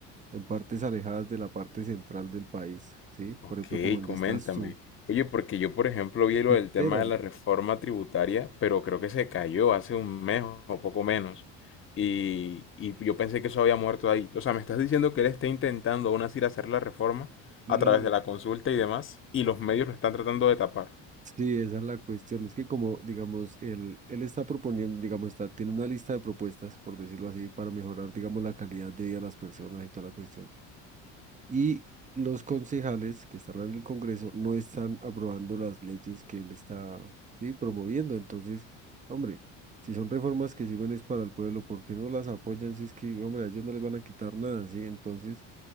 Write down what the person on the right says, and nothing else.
en partes alejadas de la parte central del país, ¿sí?
Por ejemplo, como donde
estás tú,
se enteran.
Claro.
Sí, esa es la cuestión. Es que como, digamos, él, él está proponiendo, digamos, está, tiene una lista de propuestas, por decirlo así, para mejorar, digamos, la calidad de vida de las personas y toda la cuestión. y los concejales que están en el Congreso no están aprobando las leyes que él está, sí, promoviendo. Entonces, hombre, si son reformas que sirven es para el pueblo, ¿por qué no las apoyan? Si es que, hombre, a ellos no les van a quitar nada, ¿sí? Entonces,